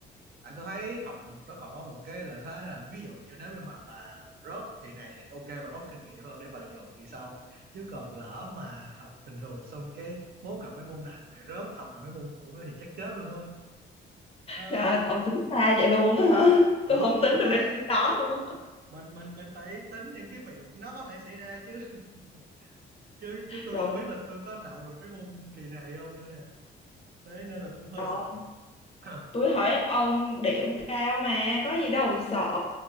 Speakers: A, on the right; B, on the left.
A: tại tôi thấy học nó còn có một cái lợi thế đó là ví dụ như nếu như mà bà rớt kỳ này thì ok bà có kinh nghiệm hơn để bà dồn kỳ sau chứ còn lỡ mà học bình thường xong cái bố gặp mấy môn nặng lại rớt học lại mấy môn cũ nữa thì chắc chết luôn á Ờ,
B: Trời ơi, ông tính xa vậy luôn á hả?
A: ừ
B: Tôi không
A: mình
B: tính
A: phải
B: được đến đó luôn á.
A: mình mình mình phải tính những cái việc nó có thể xảy ra chứ <laughs> chứ chứ tôi
B: Trời
A: không biết là tôi có đậu được mấy môn kỳ này không nữa nè đấy nên là cũng hơi
B: ơi,
A: sợ <clears throat>
B: Tôi thấy ông điểm cao mà có gì đâu sợ